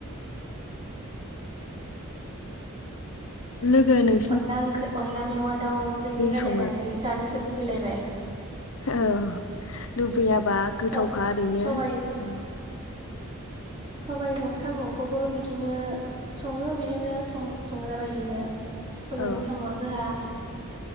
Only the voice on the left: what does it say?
लोगो नों
सङो
औ लुबैयाबा गोथावखा
ओरैनो
।
औ